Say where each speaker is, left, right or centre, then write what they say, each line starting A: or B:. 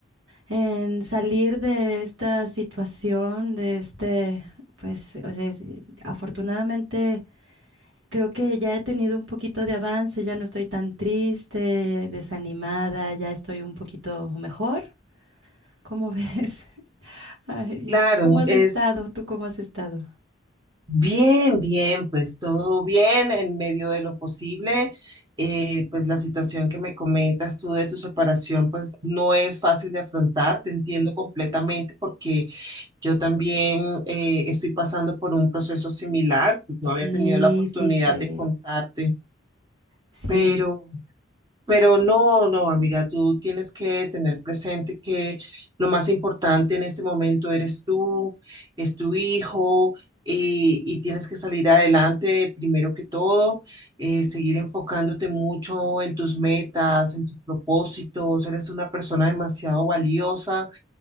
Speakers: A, on the right (about 85°); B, on the right (about 20°).
A: en salir de esta situación, de este, pues, o sea, es- afortunadamente. Creo que ya he tenido un poquito de avance, ya no estoy tan triste, desanimada, ya estoy un poquito mejor. ¿Cómo ves? <laughs> Ay,
B: Claro,
A: ¿y tú cómo has
B: es
A: estado? ¿Tú cómo has estado?
B: bien, bien, pues todo bien en medio de lo posible. Eh, pues la situación que me comentas tú de tu separación, pues no es fácil de afrontar, te entiendo completamente porque yo también eh, estoy pasando por un proceso similar, pues
A: Sí,
B: no había tenido la oportunidad
A: sí, sí,
B: de contarte,
A: sí,
B: pero... Pero no, no, amiga, tú tienes que tener presente que lo más importante en este momento eres tú, es tu hijo, y, y tienes que salir adelante primero que todo, eh, seguir enfocándote mucho en tus metas, en tus propósitos, eres una persona demasiado valiosa